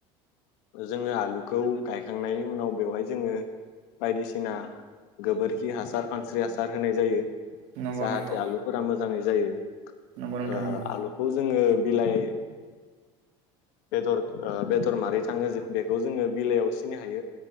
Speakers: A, on the left; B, on the right.
A: जोङो आलुखौ गायखांनायनि उनाव बेवहाय जोङो बायदिसिना गोबोरखि हासार फानस्रि हासार होनाय जायो।
B: नंगौ
A: जाहाथे
B: नंगौ
A: आलुफोरा मोजाङै जायो।
B: नंगौ नोंथां
A: ओ
B: नंगौ।
A: आलुखौ जोङो बिलाइ बेदर ओ बेदर मारै थाङो जों बेखौ जोङो बिलाइयाव सिनि हायो।